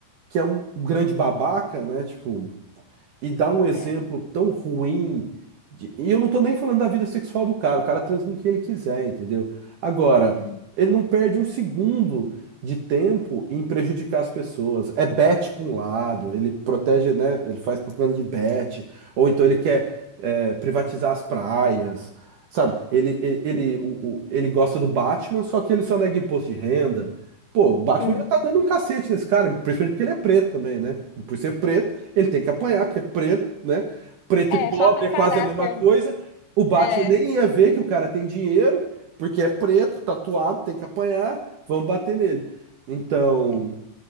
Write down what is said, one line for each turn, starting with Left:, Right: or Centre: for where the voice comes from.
Right: que é um grande babaca, né? Tipo, e dá um exemplo
Left: É.
Right: tão ruim. de- E eu não tô nem falando da vida sexual do cara, o cara transa com quem ele quiser, entendeu? Agora,
Left: Uhum.
Right: ele não perde um segundo de tempo em prejudicar as pessoas. É bet pra um lado, ele protege, né? Ele faz propaganda de bet, ou então ele quer é, privatizar as praias. Sabe, ele, ele, ele, o- o- ele gosta do Batman, só que ele só nega imposto de renda. Pô, o Batman
Left: Uhum.
Right: já tá dando um cacete nesse cara, principalmente porque ele é preto também, né? Por ser preto, ele tem que apanhar, porque é preto, né? Preto
Left: É,
Right: e pobre
Left: falta
Right: é quase
Left: caráter.
Right: a mesma coisa. O Batman
Left: É,
Right: nem ia ver que o cara tem dinheiro, porque é preto, tatuado, tem que apanhar, vamos bater nele. Então,
Left: é.